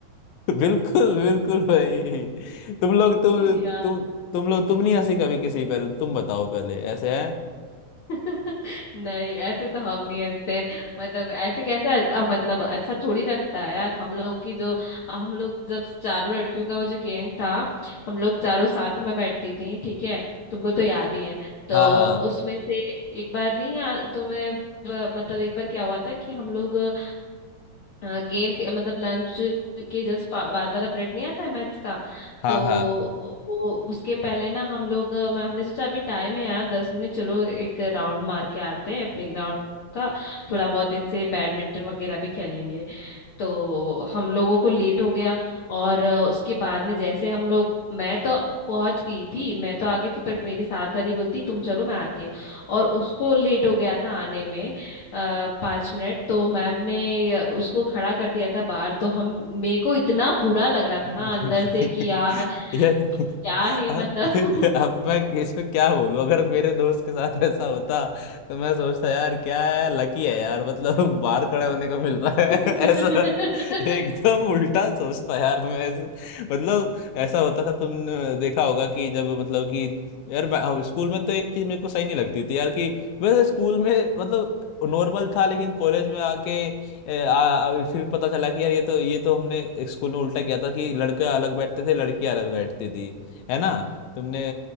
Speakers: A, on the left; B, on the left.
A: बिल्कुल बिल्कुल भाई तुम लोग तुम
B: यार
A: तुम तुम लोग तुम नहीं हंसी कभी किसी पर तुम बताओ पहले ऐसे है
B: नहीं ऐसे तो हम नहीं हंसते हैं। मतलब ऐसे कैसे अ, मतलब अच्छा थोड़ी लगता है यार हम लोग की जो हम लोग जब चारों लड़कियों का वो जो गैंग था हम लोग चारों साथ में बैठती थी ठीक है तुमको तो याद ही है तो
A: हाँ हाँ
B: उसमें से एक बार नहीं याद तुम्हें अ, मतलब एक बार क्या हुआ था कि हम लोग अ, गेम के मतलब लंच के जस्ट बाद वाला पीरियड नहीं आता है मैथ्स का
A: हाँ
B: तो
A: हाँ
B: वो उसके पहले ना हम लोग अ, मैं हमने सोचा अभी टाइम है यार दस मिनट चलो एक राउंड मार के आते हैं प्लेग्राउंड का थोड़ा बहुत ऐसे बैडमिंटन वगैरह भी खेल लेंगे तो हम लोगों को लेट हो गया और अ, उसके बाद में जैसे हम लोग मैं तो पहुंच गई थी मैं तो आ गई थी बट मेरी साथ वाली बोलती तुम चलो मैं आती हूँ और उसको लेट हो गया था आने में आ, पाँच मिनट तो मैम ने उसको खड़ा कर दिया था बाहर तो हम मेरे को इतना बुरा लग रहा
A: <laughs>
B: था ना अंदर से कि यार
A: यार
B: क्या है
A: हाँ,
B: मतलब
A: अब मैं इसमें क्या बोलूं अगर मेरे दोस्त के साथ ऐसा होता तो मैं सोचता यार क्या है यार, लकी है यार मतलब <laughs> बाहर खड़े होने को मिल रहा है
B: <laughs>
A: <laughs> ऐसा एकदम उल्टा सोचता यार मैं ऐसे मतलब ऐसा होता था तुमने देखा होगा कि जब मतलब कि यार मैं हाँ, स्कूल में तो एक चीज मेरे को सही नहीं लगती थी यार कि वैसे स्कूल में मतलब नॉर्मल था लेकिन कॉलेज में आके ए, आ, आ, फिर पता चला कि यार ये तो ये तो हमने एक स्कूल में उल्टा किया था कि लड़का अलग बैठते थे लड़की अलग बैठती थी है ना तुमने